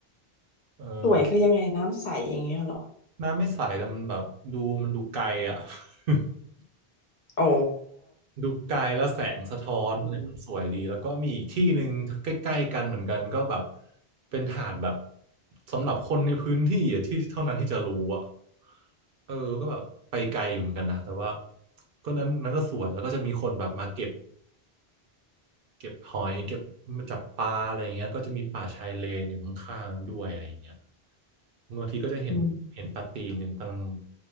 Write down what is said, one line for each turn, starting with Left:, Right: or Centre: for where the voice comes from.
Right: เออ
Left: สวยคือยังไงน้ำใสอย่างเงี้ยเหรอ
Right: น้ำไม่ใสแต่มันแบบดูมันดูไกลอ่ะ <laughs>
Left: อ๋อ
Right: ดูไกลแล้วแสงสะท้อนอะไรมันสวยดีแล้วก็มีอีกที่หนึ่งใกล้ๆกันเหมือนกันก็แบบ
Left: อืม
Right: เป็นหาดแบบสำหรับคนในพื้นที่อะที่เท่านั้นที่จะรู้อ่ะเออก็แบบไปไกลอยู่เหมือนกันนะแต่ว่าก็นั้นนั้นก็สวยแล้วก็จะมีคนแบบมาเก็บ เก็บหอยเก็บมาจับปลาอะไรอย่างเงี้ยก็จะมีป่าชายเลนอยู่ข้างๆนั้นด้วยอะไรอย่างเงี้ยบางทีก็จะเห็นเห็นปลาตีนหนึ่งกำลัง
Left: อืม